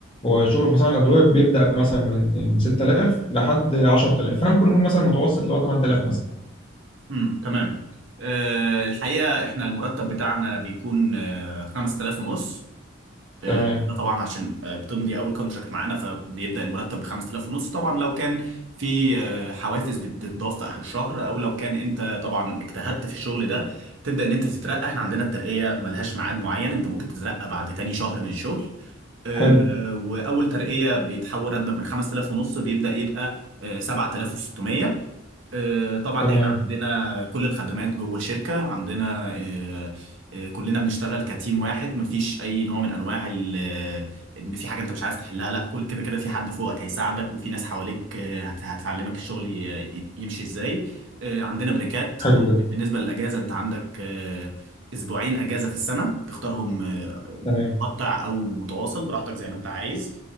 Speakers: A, on the left; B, on the right.
A: هو الشغل في مصانع الادويه بيبدا مثلا من من 6000 لحد 10000 فانا ممكن نقول مثلا متوسط اللي هو 8000 مثلا
B: امم تمام آه، الحقيقة احنا المرتب بتاعنا بيكون آه، 5000 ونص
A: تمام
B: ده طبعا عشان آه، بتمضي اول كونتراكت معانا فبيبدأ المرتب ب 5000 ونص طبعا لو كان في آه، حوافز بتتضاف في اخر الشهر او لو كان انت طبعا اجتهدت في الشغل ده تبدأ ان انت تترقى احنا عندنا الترقية ملهاش ميعاد معين انت ممكن تترقى بعد تاني شهر من الشغل آه،
A: حلو
B: آه، واول ترقية بيتحول راتبك من 5000 ونص بيبدأ يبقى آه، 7600 آه، طبعا
A: تمام
B: احنا عندنا كل الخدمات جوه الشركة عندنا آه، آه، كلنا بنشتغل كتيم واحد مفيش اي نوع من انواع ال- آه، ان في حاجة انت مش عايز تحلها لا كل كده كده في حد فوقك هيساعدك وفي ناس حواليك آه، هت- هتعلمك الشغل ي- ي- يمشي ازاي آه، عندنا بريكات
A: حلو جدا
B: بالنسبة للأجازة انت عندك آه، اسبوعين أجازة في السنة تختارهم آه، متقطع
A: تمام
B: او متواصل براحتك زي ما انت عايز